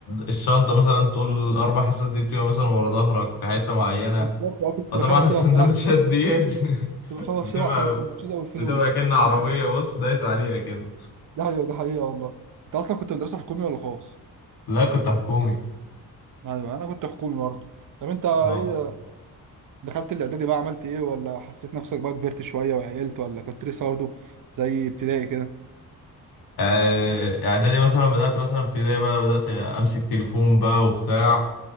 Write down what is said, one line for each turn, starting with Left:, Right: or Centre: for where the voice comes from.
Left: الشنطه مثلا طول الاربع حصص دي بتبقى مثلا ورا ظهرك في حته معينه
Right: بالظبط اه كنت
Left: فطبعا
Right: بخاف اسيبها
Left: السندوتشات
Right: بصراحه عشان
Left: دي <laughs>
Right: كنت بخاف
Left: بتبقى
Right: اسيبها عشان السندوتشات او الفلوس
Left: بتبقى كأن عربيه
Right: كنت بخاف اسيبها
Left: بص دايس عليها كده
Right: ده حقيقه ده حقيقه والله انت اصلا كنت مدرسه حكومي ولا خاص؟
Left: لا كنت حكومي
Right: ايوه انا كنت حكومي برضه طب انت ايه
Left: اه
Right: دخلت الاعدادي بقى عملت ايه ولا حسيت نفسك بقى كبرت شويه وعقلت ولا كنت لسه برضه زي ابتدائي كده؟
Left: آه، اعدادي مثلا بدأت مثلا ابتدائي بقى بدأت امسك تليفون بقى وبتاع